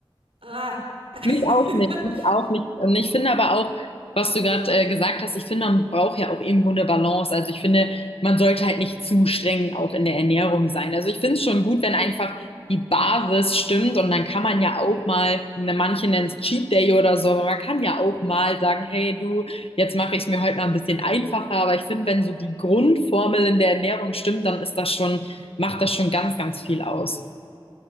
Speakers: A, on the right; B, on the left.
A: Ah,
B: mich auch
A: <laughs>
B: nicht, mich auch nicht. Und ich finde aber auch, was du gerade äh, gesagt hast, ich finde, man braucht ja auch irgendwo eine Balance. Also ich finde, man sollte halt nicht zu streng auch in der Ernährung sein. Also ich finde es schon gut, wenn einfach die Basis stimmt und dann kann man ja auch mal, ne, manche nennen es Cheat Day oder so, aber man kann ja auch mal
A: ja.
B: sagen, hey du, jetzt mache ich es mir heute mal ein bisschen einfacher. Aber ich finde, wenn so die Grundformel in der Ernährung stimmt, dann ist das schon, macht das schon ganz, ganz viel aus.